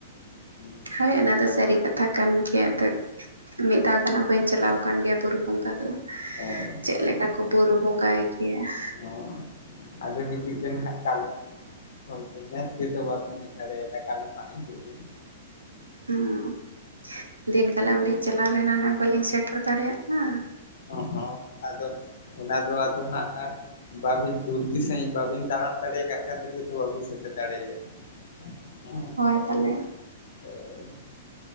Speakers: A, on the left; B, on the right.
A: ᱦᱩᱸ ᱾
B: ᱦᱳᱭ ᱚᱱᱟ ᱫᱚ ᱥᱟᱹᱨᱤ ᱠᱟᱛᱷᱟ ᱠᱟᱱ ᱜᱮᱭᱟ ᱟᱫᱚ ᱢᱤᱫ ᱫᱷᱟᱣ ᱜᱟᱱ ᱦᱟᱸᱜ ᱵᱟᱹᱧ ᱪᱟᱞᱟᱣ ᱟᱠᱟᱱ ᱜᱮᱭᱟ ᱵᱩᱨᱩ ᱾ ᱚᱝᱠᱟ ᱫᱚ
A: ᱦᱳᱭ
B: ᱪᱮᱜ ᱞᱮᱠᱟ ᱠᱚ ᱵᱩᱨᱩ ᱵᱚᱸᱜᱟᱭ ᱜᱮᱭᱟ ᱾
A: ᱦᱳᱭ ᱟᱫᱚ ᱦᱤᱡᱩᱜ ᱵᱮᱱ ᱦᱟᱸᱜ ᱠᱟᱞᱚᱢ ᱾ ᱦᱳᱭ ᱥᱮ ᱱᱮᱥ ᱜᱮᱛᱚ ᱵᱟᱵᱤᱱ ᱦᱮᱡ ᱫᱟᱲᱮᱭᱟᱫᱟ ᱠᱟᱞᱚᱢ ᱦᱟᱸᱜ ᱦᱤᱡᱩᱜ ᱵᱤᱱ ᱾
B: ᱦᱩᱸ ᱫᱤᱱ ᱠᱟᱞᱚᱢ ᱞᱤᱧ ᱪᱟᱞᱟᱣ ᱞᱮᱱᱟ ᱚᱱᱮ ᱠᱟᱹᱞᱤᱧ ᱥᱮᱴᱮᱨ ᱫᱟᱲᱮᱭᱟᱜᱼᱟ ᱾
A: ᱚᱸᱦᱚᱸ ᱟᱫᱚ ᱚᱱᱟ ᱫᱚ ᱟᱫᱚ ᱦᱟᱸᱜᱼᱟ ᱵᱟᱹᱵᱤᱱ ᱡᱩᱞᱫᱤ ᱥᱟᱺᱦᱤᱡ ᱵᱟᱹᱵᱤᱱ ᱛᱟᱲᱟᱢ ᱫᱟᱲᱮ ᱠᱟᱜ ᱠᱷᱟᱹᱛᱤᱨ ᱜᱮᱛᱚ ᱵᱟᱹᱵᱤᱱ ᱥᱮᱴᱮᱨ ᱫᱟᱲᱮ ᱠᱟᱫᱟ ᱦᱮᱸ
B: ᱦᱳᱭ ᱛᱟᱞᱮ
A: ᱦᱳᱭ